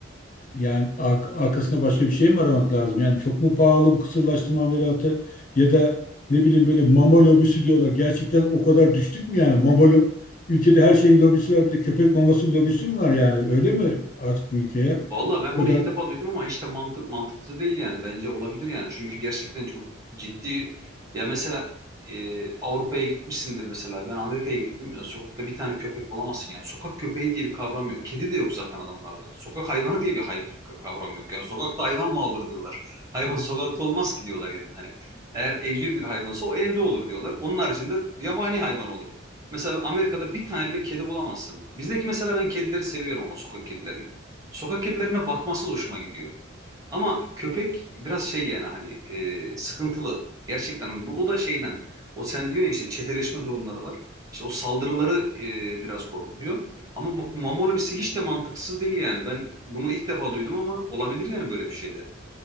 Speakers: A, on the left; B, on the right.
A: yani ar- arkasında başka bir şey mi aramak lazım? Yani çok mu pahalı bu kısırlaştırma ameliyatı ya da ne bileyim böyle mama lobisi diyorlar. Gerçekten o kadar düştük mü yani? Mama lo- ülkede her şeyin lobisi var. Bir de köpek maması lobisi mi var yani? Öyle mi artık bu ülkeye?
B: Valla ben
A: Bu kadar
B: bunu ilk defa duydum ama hiç de mantık mantıksız değil yani. Bence olabilir yani. Çünkü gerçekten çok ciddi ya mesela e, Avrupa'ya gitmişsindir mesela. Ben Amerika'ya gittim. Ya sokakta bir tane köpek bulamazsın yani. Sokak köpeği diye bir kavram yok. Kedi de yok zaten adamlarda. Sokak hayvanı diye bir hay kavram yok. Yani sokakta hayvan mı olur diyorlar. <laughs> Hayvan sokakta olmaz ki diyorlar yani. Hani eğer evcil bir hayvansa o evde olur diyorlar. Onun haricinde yabani hayvan olur. Mesela Amerika'da bir tane bile kedi bulamazsın. Bizdeki mesela ben kedileri seviyorum ama sokak kedilerini. Sokak kedilerine bakması da hoşuma gidiyor. Ama köpek biraz şey yani hani e, sıkıntılı. Gerçekten hani bu o da şeyden o sen diyor ya işte çeteleşme durumları var. İşte o saldırıları e, biraz korkutuyor. Ama bu mamolobisi hiç de mantıksız değil yani. Ben bunu ilk defa duydum ama olabilir yani böyle bir şeyde.